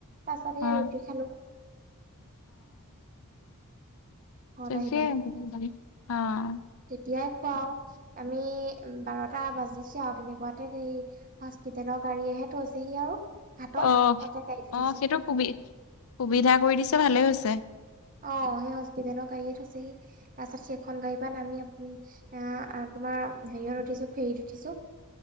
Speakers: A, on the right (about 40°); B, on the left (about 65°).
A: পাছত সেই
B: অ', অ
A: ৰুটি খালো। ঘৰত
B: সেইটোৱেই
A: আহি পেলাই
B: <unintelligible> অ'।
A: তেতিয়াই খুৱাও আমি বাৰটা বাজিচে তেনেকুৱাতে সে। ব্ৰিটেইনৰ গাড়ীয়েহে থৈছে সি আৰু। <inaudible>
B: অ
A: তাতে গাড়ীত উঠিছো
B: অ সেইটো সুবি সুবিধা কৰি দিছে ভালেই হৈছে।
A: অ সেই হস্পিটেলৰ গাড়ীয়ে থৈ হৈছেহি তাৰপাছত সেইখন গাড়ীৰ পৰা আমি আ তোমাৰ। <unintelligible> হেৰিয়াত উঠিছো ফেৰীত উঠিছো।